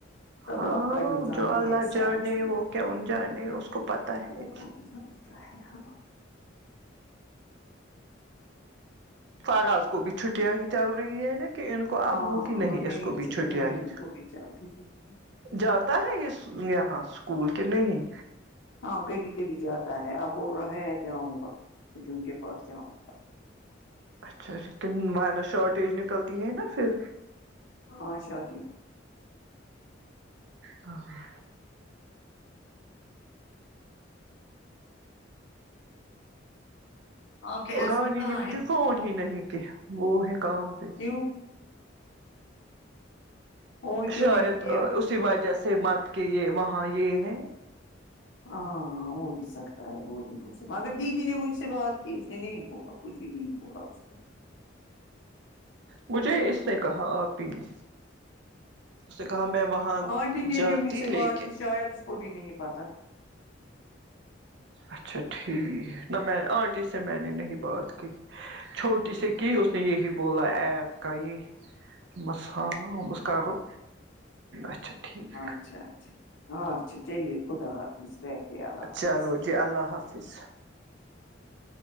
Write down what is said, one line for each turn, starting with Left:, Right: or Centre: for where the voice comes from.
Left: اور
Right: ہاں
Left: آپ کا نظام
Right: جو
Left: ہی
Right: اللہ
Left: ایسا
Right: جانے
Left: ہے اس نے
Right: وہ کون جانے اس کو پتا ہے
Left: تو ہے ہاں
Right: فراز کو بھی چھٹیاں ہی چل رہی ہے نا کہ ان کو اب
Left: ہاں
Right: ہو کہ
Left: ہاں
Right: نہیں اس کو بھی
Left: چ-
Right: چھٹیا
Left: نہیں
Right: ہی
Left: ان کو بھی چل رہی ہے۔
Right: جاتا ہے اس یہاں اسکول کے نہیں
Left: ہاں کبھی کبھی جاتا ہے اب بول رہا ہے جاؤں گا چھٹیوں کے بعد جاؤں گا
Right: اچھا وان نا شارٹیج نکلتی ہے نا پھر
Left: ہاں شورٹیج
Right: ہاں ہاں
Left: آپ کے ہسبینڈ
Right: رانی
Left: کہاں
Right: نے مجھے
Left: ہیں
Right: فون ہی نہیں کہ وہ ہے کام پہ
Left: کیوں فون کیوں
Right: شاید
Left: نہیں کیا
Right: اسی وجہ سے مت کہ یہ وہاں یہ ہے
Left: ہاں وہ بھی سکتا ہے وہ بھی ہو سکتا اگر دی نے مجھ سے بات کی اس نے نہیں بولا کچھ بھی نہیں بولا اس نے
Right: مجھے اس نے کہا آ تی ہوں اس نے کہا میں وہاں
Left: آنٹی نے
Right: جاتی
Left: بھی مجھ سے
Right: لیکن
Left: بات کی شاید اس کو بھی نہیں پتا
Right: اچھا ٹھیک ہے نہ میں آنٹی سے میں نے نہیں بات کی کی چھوٹی سی کی اس نے یہی بولا ایپ کا یہی بس ہاں بس کااکل اچھا ٹھیک
Left: اچھا اچھا اچھا چلیے خدا حافظ بے اللہ
Right: چلو
Left: حافظ
Right: جی اللہ حافظ